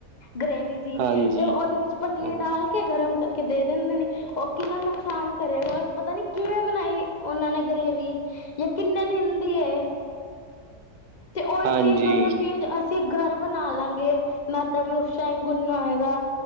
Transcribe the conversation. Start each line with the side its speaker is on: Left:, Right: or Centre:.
Left: ਗ੍ਰੇਵੀ ਜੀ,
Right: ਹਾਂਜੀ, ਹਾਂਜੀ,
Left: ਤੇ ਓਦੇ ਵਿੱਚ ਪਨੀਰ
Right: ਹਾਂਜੀ,
Left: ਡਾਲ ਕੇ ਗਰਮ ਕਰਕੇ ਦੇ ਦਿੰਦੇ ਨੇ, ਓ ਕਿੰਨਾ ਨੁਕਸਾਨ ਕਰੇਗਾ ਅੋਰ ਪਤਾ ਨੀ ਕਿਵੇਂ ਬਣਾਈ ਓਨਾਂ ਨੇ ਗਰੇਵੀ, ਯਾ ਕਿੰਨੇ ਦਿਨ ਦੀ ਏ। ਤੇ ੳਈ
Right: ਹਾਂਜੀ,
Left: ਚੀਜ਼ ਦੋਨੋ ਚੀਜ਼ ਅਸ ਚੇ ਘਰ ਬਣਾ ਲਾਂਗੇ, ਮੈਦਾ ਵੀ ਓਸ਼ ਟਾਈਮ ਗੁੰਨਾ ਹੋਏਗਾ।